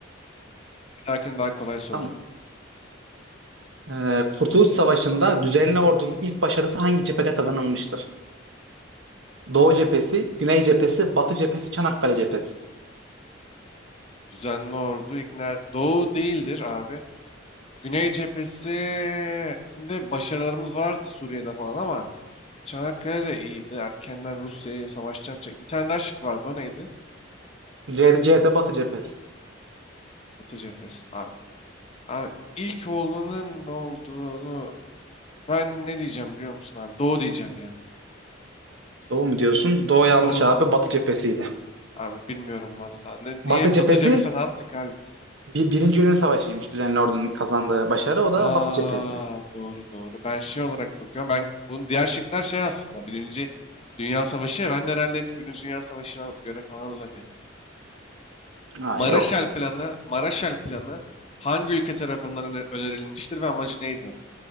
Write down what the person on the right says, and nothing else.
Tamam. Ee, Kurtuluş Savaşı'nda düzenli ordunun ilk başarısı hangi cephede kazanılmıştır? Doğu cephesi, Güney cephesi, Batı cephesi, Çanakkale cephesi.
C, C'de Batı cephesi.
Doğu mu diyorsun? Doğu yanlış
abi. Batı cephesiydi.
Batı
cephesi
bir, Birinci Yunan Savaşı'ymış düzenli ordunun kazandığı başarı. O da
Batı cephesi.
Ha
yok.